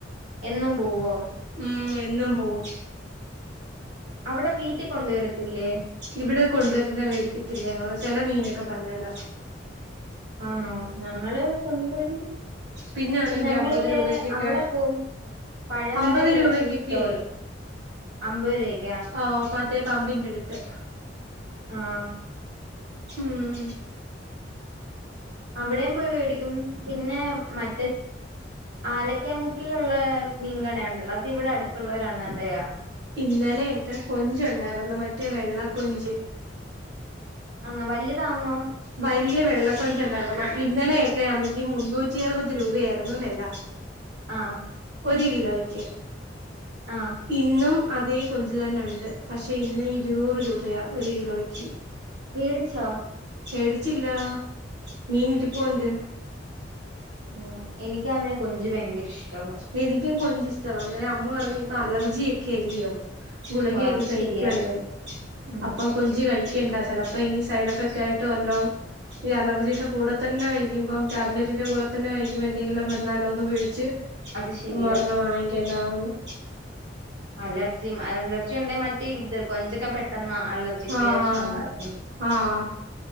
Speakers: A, on the right; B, on the right.
A: എന്നും പൂവോ
B: ഉം എന്നും പൂവും
A: അവടെ വീട്ടി കൊണ്ട് വരത്തില്ലേ
B: ഇവടെ കൊണ്ട് വര്ന്ന വേടിക്കത്തില്ല ഞങ്ങള് ചെല മീനൊക്ക പന്നല
A: ആണോ ഞങ്ങള് കൊണ്ട് വരും
B: പിന്നെ ആണെങ്കി
A: ഞങ്ങളില്ലേ
B: അമ്പത് രൂപക്കൊക്കെ
A: അവടെ പോവും പഴവറേല്ല
B: അമ്പത് രൂപക്കൊക്കെ
A: ഫിഷ് സ്റ്റോള് അമ്പത് രൂവ
B: ഓഹ് പറ്റെ പമ്പിന്റട്ത്ത്
A: ആഹ്
B: ഉം
A: അവിടേം പൊയ് വേടിക്കും പിന്നേ മറ്റെ ആലയ്ക്കാ മുക്കിലുള്ള മീൻകട ഉണ്ടല്ലൊ അത് ഇവടെ അടുത്ത്ള്ളൊരാണ്ണന്റെയ
B: ഇന്നലെയൊക്കെ കൊഞ്ചൊണ്ടാരുന്നു മറ്റെ വെള്ളക്കൊഞ്ച്
A: ആന്നോ വല്ലിതാന്നോ
B: വല്യ വെള്ള കൊഞ്ച് ഇണ്ടാർന്നു പക്ഷേ ഇന്നലെയൊക്കെ ആണെങ്കി മുന്നൂറ്റി അറുപത് രൂപയാർന്ന് വെല
A: ആഹ്
B: ഒര് കിലോയ്ക്ക്
A: ആഹ്
B: ഇന്നും അതേ കൊഞ്ച് തന്നേ ഉണ്ട് പഷെ ഇന്ന് ഇരുന്നൂറ് രൂപയാ ഒര് കിലോക്ക്
A: മേടിച്ചോ
B: മേടിച്ചില്ലാ മീൻ ഇരിപ്പുണ്ട്
A: ഉം എനിക്കാണെ കൊഞ്ച് ഭയങ്കര ഇഷ്ട്ടവാ
B: എനിക്കും കൊഞ്ച് ഇഷ്ട്ടവാ അന്നേരം അമ്മ പറഞ്ഞ് ഇപ്പ അലർജിയൊക്കെ അല്ലെയോ ഗുളികയൊകെ
A: ഓഹ് അത്
B: കഴിക്കുവല്ലെ
A: ശെരിയാ ഉം
B: അപ്പം കൊ ഞ്ച് കഴിക്കണ്ട ചിലപ്പോ ഇനി സൈഡ് എഫക്റ്റായിട്ട് വല്ലോം ഈ അലർജീടെ കൂടെ തന്നെ കഴിക്കുമ്പം ടാബ്ലറ്റിന്റെ കൂടെ തന്നെ കഴിക്കുമ്പൊ എന്തെങ്കിലും വന്നാലോന്ന് പേടിച്ച്
A: അത് ശെരിയാ
B: അമ്മ പറഞ്ഞു വാങ്ങിക്കെണ്ടാന്ന് പറഞ്ഞു
A: അലർജി അലർജി ഉണ്ടേൽ മറ്റെ ഇത് കൊഞ്ചൊക്ക പെട്ടെന്ന് അലർജി ക്രിയേഷൻ
B: ആഹ്
A: ഉണ്ടാക്കുന്ന്
B: ആഹ്